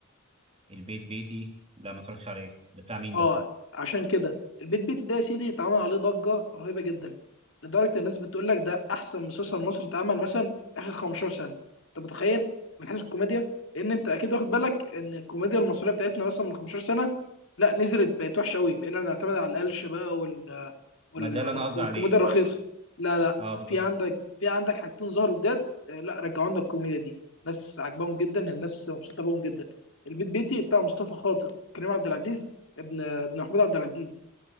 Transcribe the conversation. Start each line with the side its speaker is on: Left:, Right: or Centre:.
Right: البيت بيتي لا ما اتفرجتش عليه ده بتاع مين
Left: اه
Right: ده
Left: عشان كده البيت بيتي ده يا سيدي اتعمل عليه ضجه رهيبه جدا لدرجه الناس بتقول لك ده احسن مسلسل مصري اتعمل مثلا اخر 15 سنه انت متخيل من حيث الكوميديا لان انت اكيد واخد بالك ان الكوميديا المصريه بتاعتنا مثلا من 15 سنه لا نزلت بقت وحشه قوي بقينا بنعتمد على القلش بقى وال... وال...
Right: ما ده
Left: والك-
Right: اللي انا قصدي
Left: والكوميديا
Right: عليه
Left: الرخيصه
Right: اه
Left: لا لا
Right: اه بالظبط
Left: في عندك في عندك حاجتين ظهروا جداد آه، لا رجعوا لنا الكوميديا دي ناس عاجباهم جدا الناس مبسوطه بهم جدا البيت بيتي بتاع مصطفى خاطر وكريم عبد العزيز ابن ابن محمود عبد العزيز